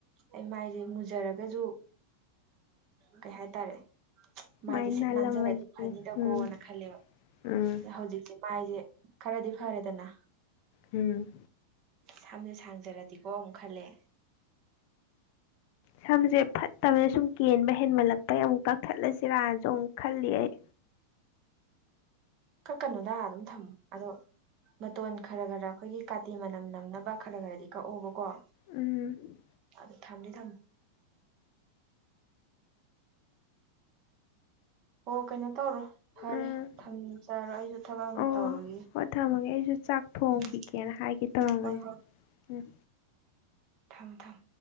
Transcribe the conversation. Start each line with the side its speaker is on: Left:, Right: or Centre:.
Right: ꯑꯩ ꯃꯥꯏꯁꯦ ꯃꯨꯖꯔꯒꯁꯨ ꯀꯩ ꯍꯥꯏꯇꯥꯔꯦ
Left: ꯃꯥꯏ
Right: ꯃꯥꯏꯁꯦ
Left: ꯅꯥꯜꯂꯝꯃꯗꯤ
Right: ꯁꯤꯠ ꯅꯥꯟꯖꯔꯗꯤ ꯐꯅꯤꯗꯀ‌ꯣꯅ
Left: ꯎꯝ
Right: ꯈꯜꯂꯦꯕ
Left: ꯎꯝ
Right: ꯑꯗ ꯍꯧꯖꯤꯛꯁꯦ ꯃꯥꯏꯁꯦ ꯈꯔꯗꯤ ꯐꯔꯦꯗꯅ
Left: ꯎꯝ
Right: ꯁꯝꯁꯦ ꯁꯥꯡꯖꯔꯗꯤꯀꯣ ꯑꯃꯨꯛ ꯈꯜꯂꯦ
Left: ꯁꯝꯁꯦ ꯐꯠꯇꯕꯅ ꯁꯨꯝ ꯀꯦꯟꯕ ꯍꯦꯟꯃꯜꯂꯛꯄꯩ ꯑꯃꯨꯛ ꯀꯛꯊꯠꯂꯁꯤꯔꯅꯁꯨ ꯑꯃꯨꯛ ꯈꯜꯂꯤ ꯑꯩ
Right: ꯀꯛꯀꯅꯣꯗ ꯑꯗꯨꯝ ꯊꯝꯃ ꯑꯗꯣ ꯃꯇꯣꯟ ꯈꯔ ꯈꯔ ꯑꯩꯈꯣꯏꯒꯤ ꯀꯥꯇꯤ ꯃꯅꯝ ꯅꯝꯅꯕ ꯈꯔ ꯈꯔꯗꯤ ꯀꯛꯑꯣꯕꯀꯣ
Left: ꯎꯝ
Right: ꯑꯗꯨ ꯊꯝꯗꯤ ꯊꯝꯃꯣ <unintelligible> ꯑꯣ ꯀꯩꯅꯣ ꯇꯧꯔꯣ ꯐꯔꯦ
Left: ꯎꯝ
Right: ꯊꯝꯖꯔꯣ ꯑꯩꯁꯨ ꯊꯕꯛ ꯑꯃ
Left: ꯑꯣ
Right: ꯇꯧꯔꯨꯒꯤꯒꯦ
Left: ꯍꯣ ꯊꯝꯃꯒꯦ ꯑꯩꯁꯨ ꯆꯥꯛ ꯊꯣꯡꯈꯤꯒꯦꯅ
Right: ꯎꯝ
Left: ꯍꯥꯏꯒꯦ ꯇꯧꯔꯝꯕꯅꯦ
Right: ꯍꯣꯏ
Left: ꯎꯝ
Right: ꯊꯝ ꯊꯝ